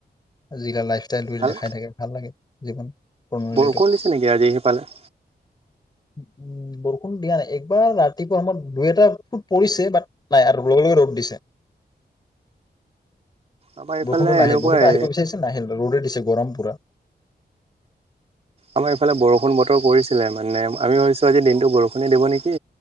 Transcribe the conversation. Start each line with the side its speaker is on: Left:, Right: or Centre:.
Left: আজিকাল লাইফ তাইটো
Right: ভাল
Left: দেখাই থাকে, ভাল লাগে। জীৱন প্ৰণালীটো
Right: বৰষুণ দিছে নেকি আজি সিফালে?
Left: উ উ, বৰষুণ দিয়া নাই। একবাৰ ৰাতিপুৱা সময়ত দুই এটা টোপ পৰিছে, বাট নাই আৰু লগে লগে ৰ'দ দিছে।
Right: আমাৰ এইফালে
Left: বৰষুণটো নাহিল,
Right: এনেকুৱাই
Left: বৰষুণটো আহিব বিচাৰিছিল নাহিল, ৰ'দে দিছে গৰম পুৰা
Right: আমাৰ ইফালে বৰষুণ বতৰ কৰিছিলে মানে আমি ভাবিছো আজি দিনটো বৰষুণে দিব নেকি।